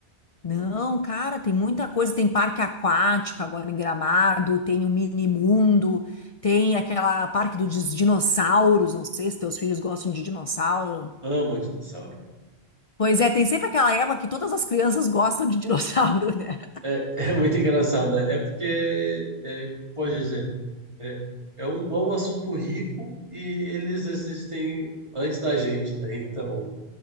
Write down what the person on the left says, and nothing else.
Não, cara, tem muita coisa. Tem parque aquático agora em Gramado, tem o Mini Mundo, tem aquela parque dos dinossauros. Não sei se teus filhos gostam de dinossauro.
Pois é, tem sempre aquela época que todas as crianças gostam de <laughs> dinossauro, né?